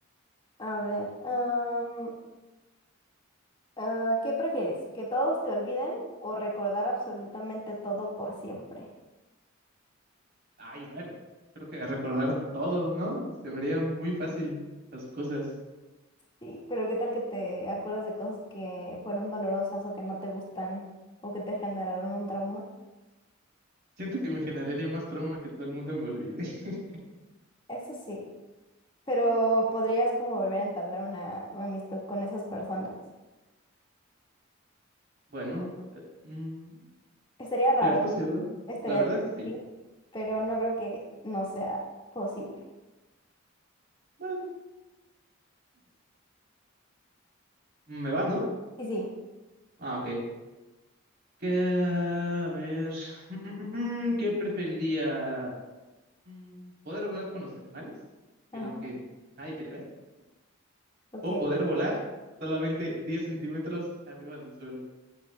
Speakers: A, on the left; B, on the right.
A: A ver, am, ah, ¿qué prefieres? ¿Que todos te olviden o recordar absolutamente todo por siempre?
B: Ay, bueno, creo que recordar todo, ¿no? Se me haría muy fácil las cosas.
A: Sí, pero qué tal que te acuerdas de cosas que fueron dolorosas o que no te gustan o que te generaron un trauma.
B: Siento que me generaría más trauma que todo el mundo me olvide. <laughs>
A: Eso sí, pero podrías como volver a entablar una, una amistad con esas personas.
B: Bueno, eh, mm,
A: Estaría raro.
B: cierto, cierto.
A: Estaría
B: La verdad,
A: difícil,
B: sí.
A: pero no creo que no sea posible.
B: Bueno, me va, ¿no?
A: Sí, sí.
B: Ah, ok. Que a ver, mm, mm, mm, mm, ¿qué preferiría? mm, poder hablar con los animales, pero
A: Ajá,
B: que nadie te crea,
A: ok.
B: o poder volar solamente 10 centímetros arriba del suelo.